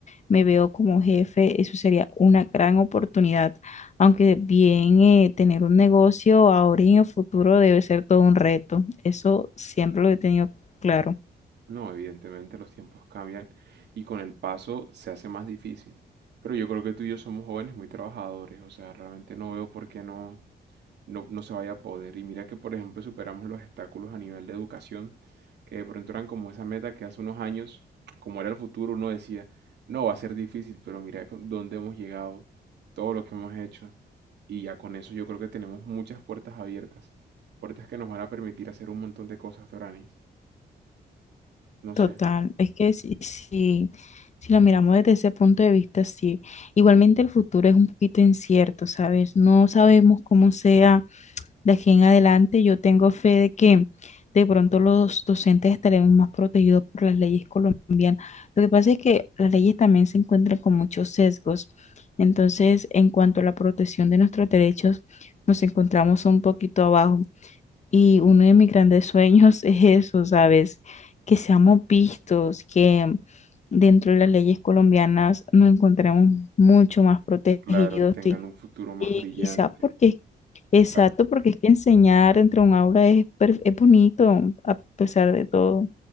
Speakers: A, on the left; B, on the right.
A: me veo como jefe, eso sería una gran oportunidad. Aunque bien eh, tener un negocio ahora y en el futuro debe ser todo un reto. Eso siempre lo he tenido claro.
B: No, evidentemente los tiempos cambian y con el paso se hace más difícil. Pero yo creo que tú y yo somos jóvenes muy trabajadores, o sea, realmente no veo por qué no, no, no se vaya a poder. Y mira que, por ejemplo, superamos los obstáculos a nivel de educación, que de pronto eran como esa meta que hace unos años, como era el futuro, uno decía, no, va a ser difícil, pero mira con- dónde hemos llegado, todo lo que hemos hecho. Y ya con eso yo creo que tenemos muchas puertas abiertas, puertas que nos van a permitir hacer un montón de cosas, Doranis. No
A: Total,
B: sé,
A: es que si, si, si lo miramos desde ese punto de vista, sí. Igualmente el futuro es un poquito incierto, ¿sabes? No sabemos cómo sea de aquí en adelante yo tengo fe de que de pronto los docentes estaremos más protegidos por las leyes colombianas. Lo que pasa es que las leyes también se encuentran con muchos sesgos. Entonces, en cuanto a la protección de nuestros derechos, nos encontramos un poquito abajo. Y uno de mis grandes sueños <laughs> es eso, ¿sabes? Que seamos vistos, que dentro de las leyes colombianas nos encontremos mucho más protegidos
B: claro, y tengan
A: y
B: un futuro más
A: y
B: brillante,
A: quizá porque, exacto,
B: claro.
A: porque es que enseñar entre un aula es, per- es bonito a pesar de todo.